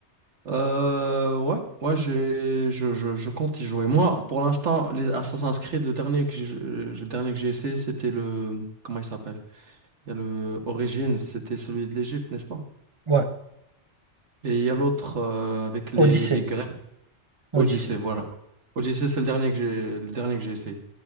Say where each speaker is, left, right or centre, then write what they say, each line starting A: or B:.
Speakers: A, on the right; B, on the right.
A: Euh, ouais, ouais, j'ai- je, je, je compte y jouer. Moi, pour l'instant, les Assassin's Creed, le dernier que j'ai, euh, le dernier que j'ai essayé, c'était le. Comment il s'appelle? Il y a le Origins, c'était celui de l'Égypte, n'est-ce pas?
B: Ouais,
A: Et il y a l'autre euh, avec les,
B: Odyssée.
A: les Grecs,
B: Odyssée.
A: Odyssey, voilà. Odyssey, c'est le dernier que j'ai, le dernier que j'ai essayé.